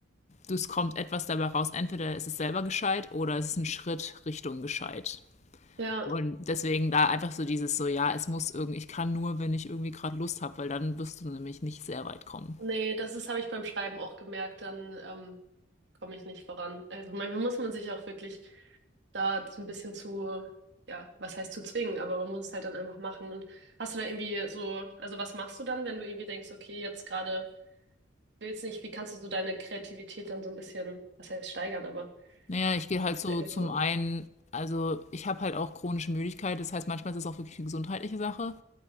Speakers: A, on the left; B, on the right.
A: es kommt etwas dabei raus. Entweder ist es selber gescheit oder es ist ein Schritt Richtung gescheit.
B: ja.
A: Und deswegen da einfach so dieses so, ja, es muss irgendwie, ich kann nur, wenn ich irgendwie gerade Lust habe, weil dann wirst du nämlich nicht sehr weit kommen.
B: Nee, das ist, habe ich beim Schreiben auch gemerkt, dann ähm, komme ich nicht voran. Also manchmal muss man sich auch wirklich da so ein bisschen zu, ja, was heißt zu zwingen, aber man muss es halt dann einfach machen. Und hast du da irgendwie so, also was machst du dann, wenn du irgendwie denkst, okay, jetzt gerade willst nicht, wie kannst du so deine Kreativität dann so ein bisschen, was heißt steigern, aber
A: Naja, ich gehe halt
B: hast
A: so
B: du da irgendwie
A: zum
B: so,
A: einen, also ich habe halt auch chronische Müdigkeit, das heißt manchmal ist es auch wirklich eine gesundheitliche Sache.